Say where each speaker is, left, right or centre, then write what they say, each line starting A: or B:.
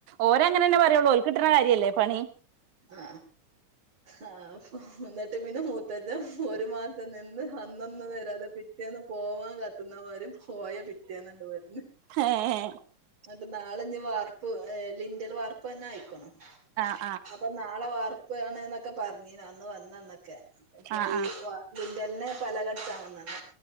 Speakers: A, on the right; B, on the right.
A: ഓര് അങ്ങനെ തന്നെ പറയുള്ളൂ ഓര്ക്ക് കിട്ടണ കായി ല്ലേ പണി
B: ആ ആ അപ്പൊ എന്നിട്ട് പിന്നെ <unintelligible> ഒരു മാസം നിന്ന് അന്നൊന്ന് വരാതെ പിറ്റേന്ന് പോവാൻ കാത്ത് നിന്ന വരും പോയ പിറ്റേന്ന്ണ്ട് വരണ്
A: ഏഹ്
B: എന്നിട്ട് നാളഞ്ഞ് വാർ ലിങ്കൽ വാർപ്പ് ന്നെ ആയിക്കണു
A: ആ
B: അപ്പൊ നാളെ വാർപ്പ് ഇപ്പഴാണ് എന്നൊക്കെ പറഞീന അന്ന് വന്നന്നൊക്കെ ഇപ്പൊ
A: ആഹ്
B: ഈ <inaudible> പലകട ചാങ്ങുന്നത്